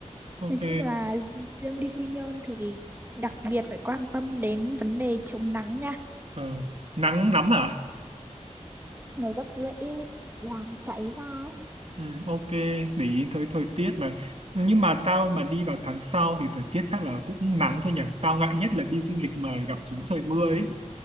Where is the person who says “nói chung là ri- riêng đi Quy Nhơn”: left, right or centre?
Right